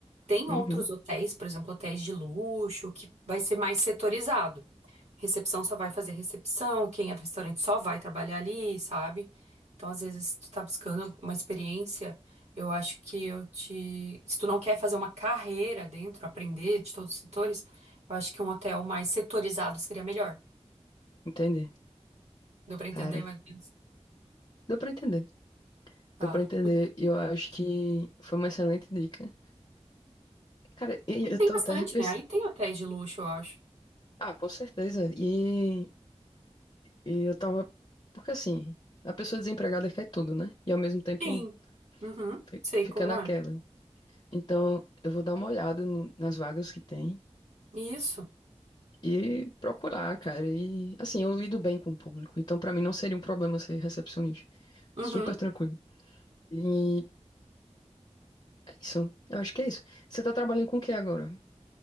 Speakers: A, on the right; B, on the left.
A: Tem
B: Uhum,
A: outros hotéis, por exemplo, hotéis de luxo, que vai ser mais setorizado. Recepção só vai fazer recepção, quem é do restaurante só vai trabalhar ali, sabe? Então, às vezes, se tu tá buscando uma experiência, eu acho que eu te. Se tu não quer fazer uma carreira dentro, aprender de todos os setores, eu acho que um hotel mais setorizado seria melhor.
B: entendi.
A: Deu pra entender
B: Cara,
A: mais ou menos?
B: deu pra entender.
A: tá
B: Deu pra entender. E eu acho que foi uma excelente dica. Cara, e
A: Aí
B: eu
A: tem
B: tô
A: bastante,
B: até repensando.
A: né? Aí tem hotéis de luxo, eu acho.
B: Ah, com certeza. E, e eu tava. Porque assim, a pessoa desempregada quer tudo, né? E ao mesmo tempo
A: Sim. Uhum.
B: fi-
A: Sei
B: fica
A: como
B: naquela.
A: é.
B: Então, eu vou dar uma olhada no- nas vagas que tem.
A: Isso.
B: e procurar, cara. E assim, eu lido bem com o público, então pra mim não seria um problema ser recepcionista.
A: Uhum.
B: Super tranquilo. E é isso. Eu acho que é isso. Você tá trabalhando com o que agora?